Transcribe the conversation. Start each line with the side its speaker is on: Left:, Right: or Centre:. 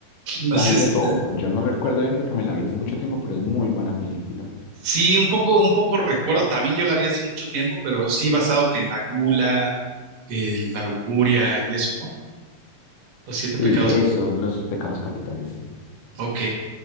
Right: <laughs> No
Left: Hay
Right: sé si
Left: de todo.
Right: sea.
Left: Yo no recuerdo bien porque me la vi hace mucho tiempo, pero es muy buena película.
Right: Sí, un poco, un poco recuerdo. También yo la vi hace mucho tiempo, pero sí basado que en la gula, que la lujuria y eso, ¿no? Los siete pecados.
Left: Sí, eso,
Right: como dices.
Left: los pecados capitales, sí.
Right: Ok.